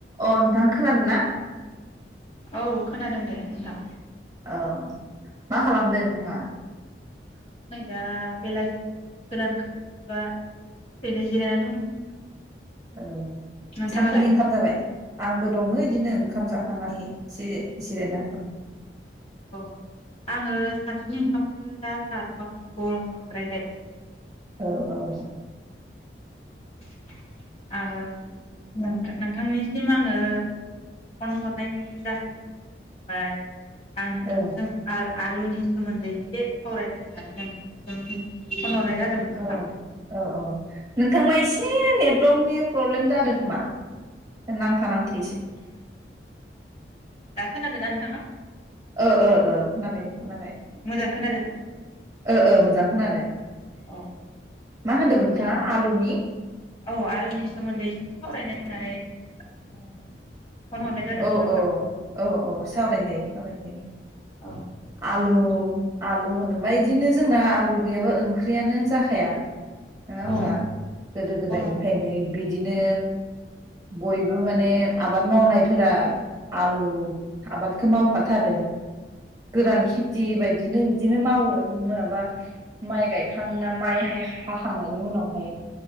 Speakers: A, on the right (about 20°); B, on the left (about 35°).
A: अ नोंथां खोनादों ना
B: औ खोनादों दे नोंथां
A: औ मा खालामदों नोंथाङा
B: आंथ' नै दा बेलासिनि गोदान खांनानै दा दसे ओरैनो जिरायनानै दंथ'यो नोंथां
A: औ
B: नोंथाङालाय
A: सानफुनि ओंखाम जाबाय आंबो दङो इदिनो ओंखाम जाखांनानै जि जिरायनानै दं
B: औ आङो सानसुनि ओंखामखौ दा जाथ'वाखै गरम बांद्रायहाय
A: औ औ
B: <unintelligible> नोंथांनिसिम आङो फन हरनायनि जाहोनानो जाबाय। आं नोंथांजों
A: औ
B: आर आलुनि सोमोन्दै एसे सावरायनो होननानै नोंथांनिसिम फन हरनाय जादोंमोन नोंथां
A: औ औ औ नोंथांना एसे नेटवर्कनि प्रब्लेम जादों खोमा नांथा नांथे
B: दा खोनादोंना नोंथाङा
A: ओ ओ ओ खोनाबाय दे खोनाबाय
B: मोजां खोनादोंना
A: ओ ओ मोजां खोनादों।
B: औ
A: मा होनदोंमोन नोंथाङा आलुनि
B: औ आलुनि सोमोन्दै एसे सावरायनो <unintelligible> फन हरनाय जादोंमोन
A: औ
B: नोंथां।
A: औ औ औ सावराय जायो सावराय जायो
B: औ
A: आलु आलु होनोबा इदिनो जोंना लुगैयाबा ओंख्रियानो जाखाया नङा होमबा
B: औ
A: गोदो
B: नंगौ
A: गोदायनिफ्रायनो
B: नोंथां।
A: बिदिनो बयबो माने आबाद मावनाय। फोरा आलु आबाद। खौ मावखाथारो। गोरान
B: औ
A: खेथि बाय दिनो बिदिनो मावो माबा माइ गायखांना माइ हाय- हाखांनायनि उनावहाय।